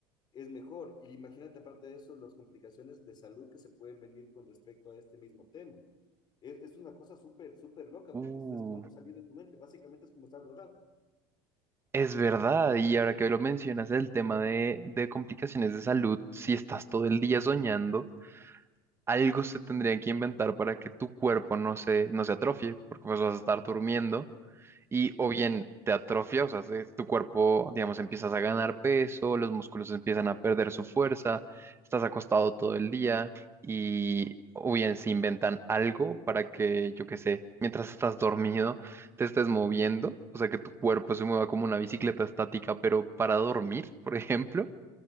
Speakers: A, on the left; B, on the right.
A: es mejor. Y imagínate, aparte de eso, las complicaciones de salud que se pueden venir con respecto a este mismo tema. Es, es una cosa súper, súper loca,
B: Uh,
A: porque es como no salir de tu mente, básicamente es como estar drogado.
B: es verdad, y ahora que lo mencionas, el tema de, de complicaciones de salud, si estás todo el día soñando, algo se tendría que inventar para que tu cuerpo no se, no se atrofie, porque pues vas a estar durmiendo y
A: Ujú.
B: o bien te atrofia, o sea, se- tu cuerpo, digamos, empiezas a ganar peso, los músculos empiezan a perder su fuerza, estás acostado todo el día y o bien se inventan algo para que, yo qué sé, mientras estás dormido, te estés moviendo, o sea, que tu cuerpo se mueva como una bicicleta estática, pero para dormir, por ejemplo.